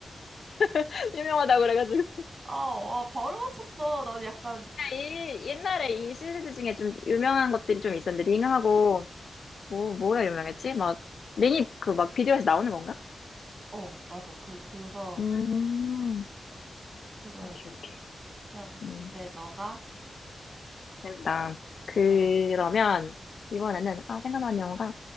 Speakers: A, on the left; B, on the right.
A: <laughs> 유명하다고 그래가지고.
B: 아, 아, 바로 맞췄어. 난 약간
A: 이, 옛날에 이 시리즈 중에 좀 유명한 것들이 좀 있었는데, 링하고, 뭐, 뭐야 유명했지? 막, 링이 그 막 비디오에서 나오는 건가?
B: 어, 맞아. 그 그거
A: 음,
B: 그거였어.
A: 오케이, 오케이.
B: 그럼
A: 음,
B: 이제 너가
A: 재밌다. 그러면,
B: 어
A: 이번에는, 아, 생각나는 영화가,